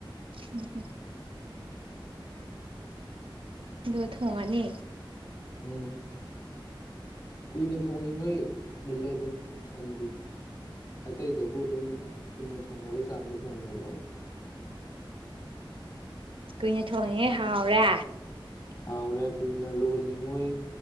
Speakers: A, on the right (about 80°); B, on the left (about 50°).
A: ꯎꯝ ꯍꯝ
B: ꯎꯝ <inaudible>
A: ꯑꯗꯨꯒ ꯊꯣꯡꯉꯅꯤ
B: ꯎꯝ ꯀꯨꯏꯅ ꯊꯣꯡꯉꯤꯉꯣꯏ ꯃꯨꯜꯂꯦ ꯑꯗꯨꯝ ꯁꯟꯗꯤ ꯑꯇꯩꯗꯕꯨ ꯑꯗꯨꯝ ꯆꯨꯝꯅ ꯊꯣꯡꯅꯕ ꯆꯥꯡꯗ ꯊꯣꯡꯅꯋꯥꯟ
A: ꯀꯨꯏꯅ ꯊꯣꯡꯉꯤꯉꯩ ꯍꯥꯎꯔꯦ
B: ꯍꯥꯎꯔꯦ ꯀꯨꯏꯅ ꯂꯣꯜꯂꯤꯉꯣꯏ